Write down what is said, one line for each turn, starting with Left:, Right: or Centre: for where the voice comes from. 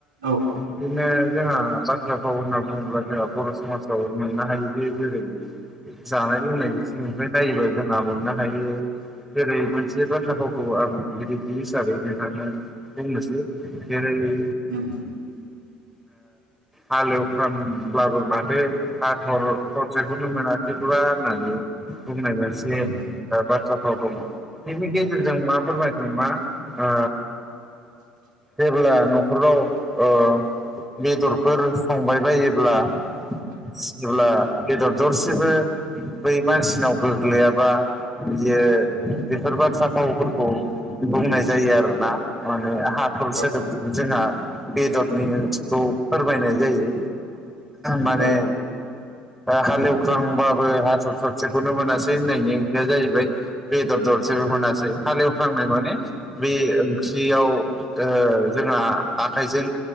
Right: औ
Centre: बिदिनो जोंहा बाथ्रा फाव होनना बुङोब्ला जोंहा बर' समाजाव मोननो हायो जे जेरै जानाय लोंनाय बिथिंनिफ्राय नायोबा जोंहा मोननो हायो जेरै मोनसे बाथ्रा फावखौ आं बिजिरगिरि हिसाबै नोंथांनो बुंनोसै जेरै ओ
Right: उम
Centre: हालेवखानब्लाबो माथो हाथर थरसेखौनो मोनाख थ्रिपुरा होननानै बुंनाय मोनसे
Right: उम
Centre: बाथ्राफोराव दङ। बिनि गेजेरजों मा फोरमायदों मा ओ जेब्ला न'खराव ओ बेदरफोर संबाय बायोब्ला जेब्ला बेदर दर सेबो बै मानसिनाव गोग्लैयाबा बियो बेफोर बाथ्रा फावफोरखौ बुंनाय जायो आरोना। माने हाथल सोदोबजों
Right: औ
Centre: जोंहा बेदरनि ओंथिखौ फोरमायनाय जायो। माने
Right: औ
Centre: हालेव ख्रांबाबो हाथर थरसेखौनो मोनासै होननायनि ओंथिया जाहैबाय बेदर दरसेबो मोनासै हालेवख्रांनाय माने बे ओंख्रियाव ओ जोंहा आखाइजों